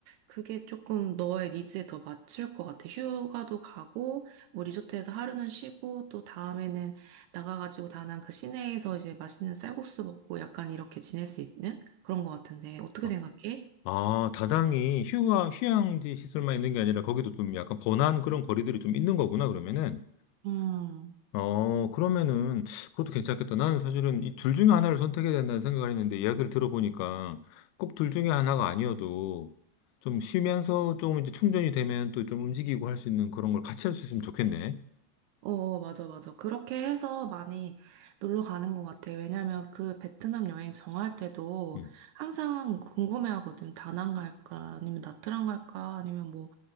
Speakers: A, on the right; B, on the left.
A: 그게 조금 너의 니즈에 더 맞출 것 같아. 휴가도 가고, 뭐 리조트에서 하루는 쉬고, 또 다음에는 나가가지고 다낭 그 시내에서 이제 맛있는 쌀국수 먹고 약간 이렇게 지낼 수 있는 그런 것 같은데, 어떻게
B: 아,
A: 생각해?
B: 아, 다당이 휴양, 휴양지 시설만 있는 게 아니라 거기도 좀 약간 번화한 그런 거리들이 좀 있는 거구나, 그러면은.
A: 음.
B: 어, 그러면은 그것도 괜찮겠다. 나는 사실은 이 둘 중에 하나를 선택해야 된다는 생각을 했는데 이야기를 들어보니까 꼭 둘 중에 하나가 아니어도 좀 쉬면서 조금 이제 충전이 되면 또 좀 움직이고 할 수 있는 그런 걸 같이 할 수 있으면 좋겠네.
A: 어, 어, 맞아, 맞아. 그렇게 해서 많이 놀러 가는 것 같아. 왜냐면 그 베트남 여행 정할 때도
B: 음.
A: 항상 궁금해하거든. 다낭 갈까, 아니면 나트랑 갈까, 아니면 뭐,